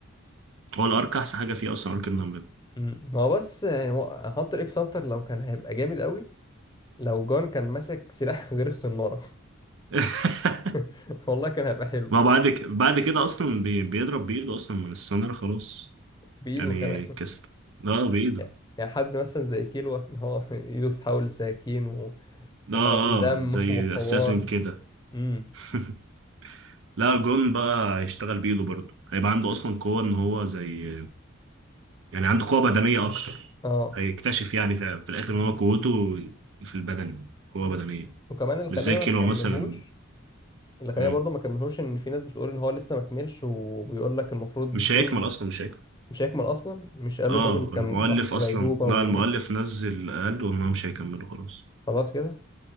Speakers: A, on the right (about 65°); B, on the left (about 20°).
A: هو الارك احسن حاجه فيه اصلا ارك النمل ده
B: مم. هو بس يعني هو- هانتر اكس هانتر لو كان هيبقى جامد قوي لو جون كان ماسك سلاح <laughs> غير الصنارة
A: <laughs>
B: <laughs> والله كان هيبقى حلو
A: ما بعد ك... بعد كده اصلا بي... بيضرب بايده اصلا من السونار خلاص
B: بإيده
A: يعني
B: كمان
A: كست اه بايده
B: يعني يعني حد مثلا زي كيلو ان هو <laughs> ايده بتتحول لسكاكين و- وحرق
A: اه
B: ودم
A: اه زي
B: <laughs> وحوار
A: اساسن كده
B: امم
A: <laughs> لا جون بقى هيشتغل بايده برضه هيبقى عنده اصلا قوه ان هو زي يعني عنده قوة بدنية أكتر
B: اه
A: هيكتشف يعني في, في الآخر إن هو قوته في البدن قوة بدنية
B: وكمان اللي
A: مش
B: خلينا
A: زي كيلو
B: ما نكملهوش
A: مثلا
B: اللي خلاني
A: مم.
B: برضو ما كملهوش ان في ناس بتقول ان هو لسه ما كملش وبيقول لك المفروض
A: مش
B: جون
A: هيكمل أصلا مش هيكمل
B: مش هيكمل اصلا مش قالوا
A: آه
B: الراجل كان
A: المؤلف
B: راح في
A: أصلا
B: غيبوبه
A: لا
B: ورجع
A: المؤلف نزل قال وإن هو مش هيكمله خلاص
B: خلاص كده